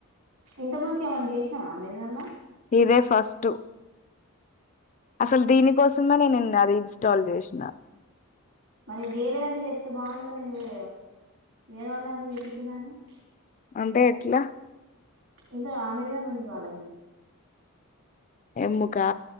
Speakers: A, on the right (about 70°); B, on the left (about 35°).
A: ఇంత ముందుకు ఏమన్నా చేసినా అమెజాన్ లో
B: ఇదే ఫస్ట్ అసలు దీని కోసమే నేను అది ఇన్స్టాల్ చేసిన
A: మరి వేలేదంటే చెప్తే బాగుంట కాదే నువ్వే వేరే వాళ్ళ దంటే చెప్పించేదాన్ని
B: అంటే ఎట్లా
A: ఇది అమోజాన్ ఉంది వాళ్లకి
B: ఎముకా